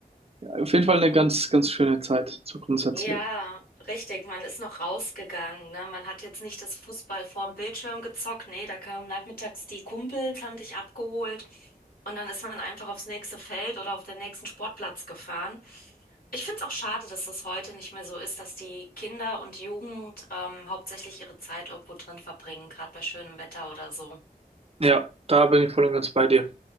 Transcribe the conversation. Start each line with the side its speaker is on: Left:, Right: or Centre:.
Right: Auf jeden Fall eine ganz, ganz schöne Zeit, so grundsätzlich.
Left: Ja, richtig. Man ist noch rausgegangen, ne? Man hat jetzt nicht das Fußball vorm Bildschirm gezockt. Nee, da kamen nachmittags die Kumpels, haben dich abgeholt. Und dann ist man einfach aufs nächste Feld oder auf den nächsten Sportplatz gefahren. Ich finde es auch schade, dass das heute nicht mehr so ist, dass die Kinder und Jugend ähm, hauptsächlich ihre Zeit irgendwo drin verbringen, gerade bei schönem Wetter oder so.
Right: Ja, da bin ich voll und ganz bei dir.